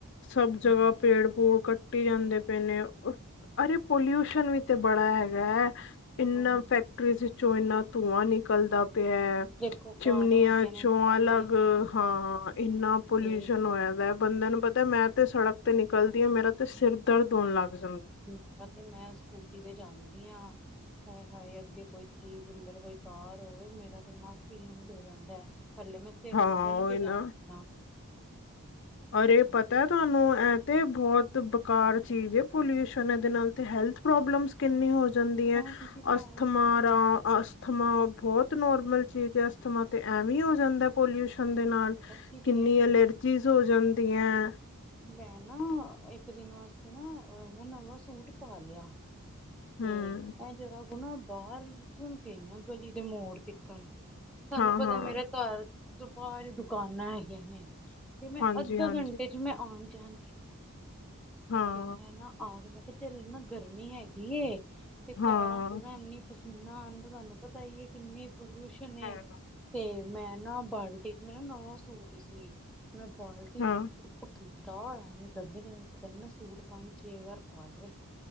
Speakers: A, on the left (about 55°); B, in the centre.
A: ਸਭ
B: ਨੇ
A: ਜਗ੍ਹਾ ਪੇੜ ਪੂੜ ਕੱ ਟੀ ਜਾਦੇ ਪਏ ਨੇ ਅਰੇ ਪਲੂਊਸ਼ਨ ਵੀ ਤੇ ਬੜਾ ਹੈਗਾ। ਇਨਾ
B: ਹਾਂਜੀ
A: ਫੈਕਟਰੀਜ ਵਿੱਚੋ ਇਨਾ ਧੂਆਂ ਨਿਕਲਦਾ ਪਿਆ
B: ਦੇਖੋ
A: ਚਿਮਨੀਆਂ
B: ਕਾਰਾਂ ਹੈਗੀਆਂ ਨੇ
A: ਚੋਂ
B: ਡੀਜ਼ਲ
A: ਅਲੱਗ
B: ਦੀ
A: ਹਾਂ ਇਨਾ ਪੋਲੂਸ਼ਨ
B: ਤੇ
A: ਹੋਇਆ ਦਾ ਬੰਦੇ ਨੂੰ ਪਤਾ ਮੈਂ ਤੇ ਸੜਕ ਤੇ ਨਿਕਲਦੀ ਆ ਮੇਰਾ ਤੇ ਸਿਰ ਦਰਦ ਹੋਣ ਲੱਗ ਜਾ
B: ਮੇਰਾ ਤੇ ਮੈਂ ਸਕੂਟੀ ਤੇ ਜਾਣੀ ਆ। ਹਾਏ ਹਾਏ, ਅੱਗੇ ਕੋਈ ਥਰੀ ਵ੍ਹੀਲਰ ਕੋਈ ਕਾਰ ਹੋਵੇ ਮੇਰਾ ਤੇ ਨੱਕ ਹੀ ਲੂਜ ਹੋ ਜਾਂਦਾ। ਹਲੇ ਮੈਂ ਸਿਰ
A: ਹਾਂ
B: ਮੂੰਹ ਬਣ
A: ਉਹੀ
B: ਕੇ ਜਾਂਦੀ
A: ਨਾ
B: ਆ।
A: ਅਰੇ ਪਤਾ ਤੁਹਾਨੂੰ ਇਹ ਤੇ ਬਹੁਤ ਬੇਕਾਰ ਚੀਜ਼ ਪੋਲੂਸ਼ਨ ਇਹਦੇ ਨਾਲ ਤੇ ਹੈਲਥ ਪ੍ਰੋਬਲਮ ਕਿੰਨੀ ਹੋ ਜਾਂਦੀ ਐ
B: ਹਾਂਜੀ ਮੈਂ
A: ਅਸਥਮਾ ਰ ਅਸਥਮਾ ਬਹੁਤ ਨੋਰਮਲ ਚੀਜ਼ ਅਸਥਮਾ ਤੇ ਐਵੇ ਹੀ ਹੋ ਜਾਂਦਾ ਪੋਲੂਸ਼ਨ ਦੇ ਨਾਲ
B: ਕਿਤੇ
A: ਕਿੰਨੀ ਐਲਰਜੀ ਹੋ ਜਾਦੀਆਂ
B: ਮੈਂ ਨਾ ਇਕ ਦਿਨ ਵਾਸਤੇ ਨਾ ਮੈਂ ਨਵਾ ਸੂਟ ਪਾ ਲਿਆ ਤੇ
A: ਹਮ
B: ਐ ਜਰਾ ਕੂ ਨਾ ਬਾਹਰ ਗਈਆਂ ਗਲੀ ਦੇ ਮੋੜ ਤਿਕਣ ਤੁਹਾਨੂੰ
A: ਹਾਂ
B: ਪਤਾ
A: ਹਾਂ
B: ਮੇਰੇ ਘਰ ਚ' ਬਾਹਰੀ ਦੁਕਾਨਾਂ ਹੈਗੀਆਂ ਨੇ ਤੇ ਮੈਂ
A: ਹਾਂਜੀ
B: ਅੱਧਾ
A: ਹਾਂਜੀ
B: ਘੰਟੇ ਚ ਮੈਂ ਆਣ ਜਾਣ ਕੀਤੀ
A: ਹਾਂ
B: ਤੇ ਮੈ ਨਾ ਆਕੇ ਮੈ ਕਿਹਾ ਚੱਲ ਨਾ ਗਰਮੀ ਹੈਗੀ। ਐ। ਤੇ
A: ਹਾਂ
B: ਕਾਰਾਂ ਕੂਰਾ ਐਨੀ ਪਸੀਨਾ ਆਂਦਾ ਤੁਹਾਨੂੰ ਪਤਾ ਹੀ ਹੈ। ਕਿਨੇ ਪੋਲਿਊਸ਼ਨ ਏ
A: ਹਾਂ
B: ਤੇ ਮੈਂ ਨਾ ਬਾਲਟੀ ਮੇਰਾ ਨਵਾਂ ਸੂਟ ਸੀ। ਮੈਂ ਬਾਲਟੀ
A: ਹਾਂ
B: ਚ ਉਹ ਕੀਤਾ ਐਵੇ ਡਰਦੀ ਜਿਵੇਂ ਪਤਾ ਨਹੀ ਮੈਂ ਸੂਟ ਪੰਜ ਛੇ ਵਾਰ ਪਾ ਲਿਆ।